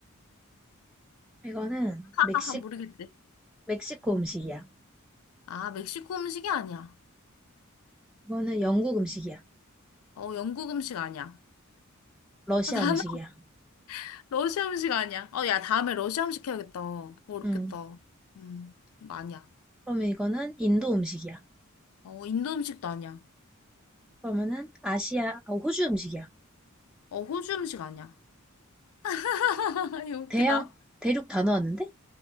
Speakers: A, in the centre; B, on the left (about 85°).
A: 이거는 멕시,
B: 아, 모르겠지
A: 멕시코 음식이야.
B: 아, 멕시코 음식이 아니야.
A: 이거는 영국 음식이야.
B: 어, 영국 음식 아니야.
A: 러시아
B: 아, 다음에
A: 음식이야.
B: <laughs> 러시아 음식 아니야. 어, 야, 다음에 러시아 음식 해야겠다. 어렵겠다.
A: 음.
B: 음, 이거 아니야.
A: 그러면 이거는 인도 음식이야.
B: 어, 인도 음식도 아니야.
A: 그러면은 아시아, 아, 호주 음식이야.
B: 어, 호주 음식 아니야. <laughs> 이거 웃기다.
A: 대양, 대륙 다 넣었는데?